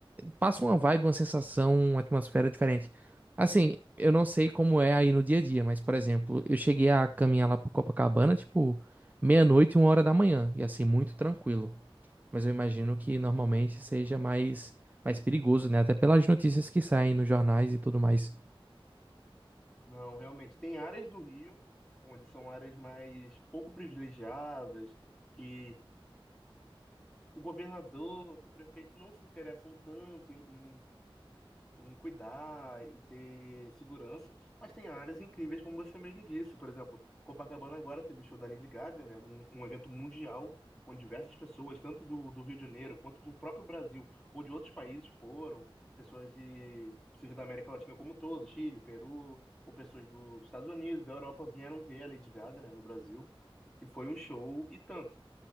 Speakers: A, on the right; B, in the centre.
A: passa uma vibe, uma sensação, uma atmosfera diferente. Assim, eu não sei como é aí no dia a dia, mas, por exemplo, eu cheguei a caminhar lá pro Copacabana, tipo, meia-noite e uma hora da manhã, e assim, muito tranquilo. Mas eu imagino que normalmente seja mais, mais perigoso, né? Até pelas notícias que saem nos jornais e tudo mais.
B: Não, realmente, tem áreas do Rio, onde são áreas mais pouco privilegiadas, que o governador, o prefeito não se interessam tanto em, em cuidar e ter segurança, mas tem áreas incríveis, como você mesmo disse. Por exemplo, Copacabana agora teve o show da Lady Gaga, né? Um, um evento mundial, onde diversas pessoas, tanto do, do Rio de Janeiro quanto do próprio Brasil ou de outros países, foram. Pessoas de, seja da América Latina como um todo, Chile, Peru, ou pessoas do- dos Estados Unidos, da Europa, vieram ver a Lady Gaga, né, no Brasil. E foi um show e tanto